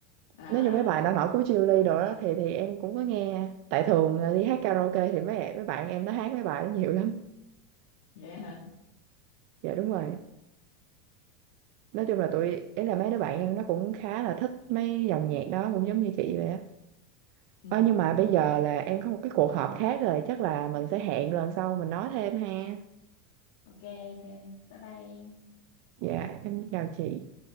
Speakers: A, on the left; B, on the right.
A: à
B: nói như mấy bài
A: à
B: nổi nổi của Chillies đồ đó thì thì em cũng có nghe tại thường là đi hát
A: ừ
B: karaoke thì mấy mấy bạn em nó hát mấy bài đó nhiều lắm
A: vậy hả
B: dạ đúng rồi nói chung là tụi ý là mấy đứa bạn em nó cũng khá là thích mấy dòng nhạc đó cũng giống như chị vậy á
A: ừ
B: Ờ, nhưng mà bây giờ là em có một cái cuộc họp khác rồi chắc là mình sẽ hẹn lần sau mình nói thêm ha
A: ok ok bye bye em
B: dạ em chào chị